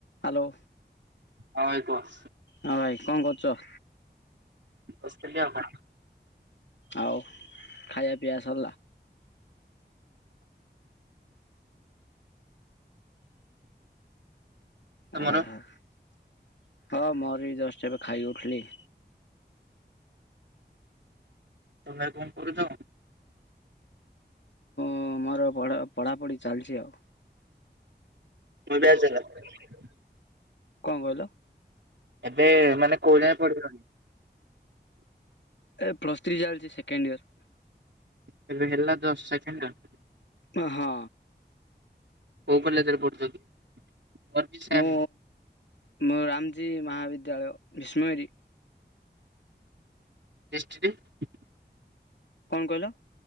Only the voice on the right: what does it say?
ହଁ ଭାଇ କୁହ।
ବସିଥିଲି ଆଉ। <unintelligible>
ତମର
ତମେ କଁ କରୁଚ କଁ।
ମୁଁ <unintelligible>
ଏବେ ମାନେ କୋଉ ଜାଏ ପଡିଲଣି।
<unintelligible> ହେଲା ଜଷ୍ଟ୍ ସେକେଣ୍ଡ ଇୟର।
କୋଉ କଲେଜରେ ପଡୁଚ କି ମୋରୋ ବି ସେମ୍
<unintelligible>